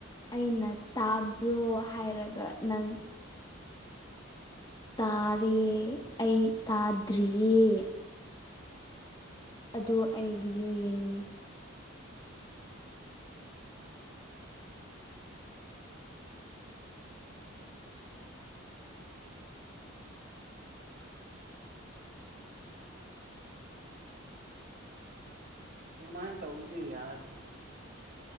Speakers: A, on the left; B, on the right.
A: ꯑꯩꯅ ꯇꯥꯕ꯭ꯔꯣ ꯍꯥꯏꯔꯒ ꯅꯪ ꯇꯥꯔꯦ ꯑꯩ ꯇꯥꯗ꯭ꯔꯤꯌꯦ ꯑꯗꯨ ꯑꯩ ꯚꯤꯗꯤꯑꯣ ꯌꯦꯡꯉꯨꯅꯤ
B: ꯨꯃꯥꯏ ꯇꯧꯗꯤ ꯌꯥꯔ